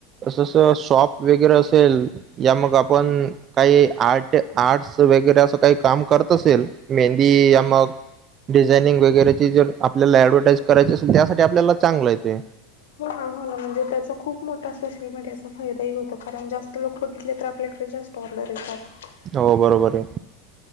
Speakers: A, on the right; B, on the left.
A: अस शॉप वगैरे असेल या मग आपण काही आर्ट आर्टस वगैरे असं काही काम करत असेल मेहंदी या मग डिझायनिंग वगैरेची जर आपल्याला ऍडव्हर्टाईज करायची असेल त्यासाठी आपल्याला चांगलंय ते.
B: हो ना हो ना. म्हणजे त्याचा खूप मोठा सोशल मीडियाचा फायदा ही होतो कारण जास्त लोक तिथले तर आपल्याकडे जास्त ऑर्डर येतात.
A: हो बरोबरये.